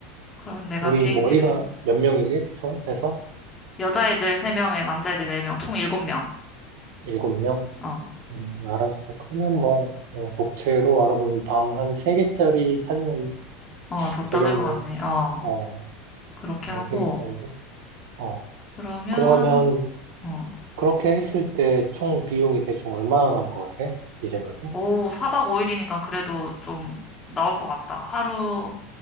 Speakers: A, on the left; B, on the right.
A: 그러면 내가
B: 우리
A: 비행기를
B: 머리가 몇 명이지? 총 해서?
A: 여자애들 3명에 남자애들 4명 총 7명.
B: 일곱 명?
A: 어.
B: 음, 알았어. 그러면 뭐, 뭐 독채로 알아보면 방 한 세개짜리 찾으면
A: 어, 적당할
B: 되겠네.
A: 것 같네. 어.
B: 어,
A: 그렇게
B: 한
A: 하고
B: 세 개짜리로? 어,
A: 그러면
B: 그러면
A: 어.
B: 그렇게 했을 때 총 비용이 대충 얼마나 나올 것 같아? 네 생각에?
A: 오사 4박 5일이니까 그래도 좀 나올 것 같다. 하루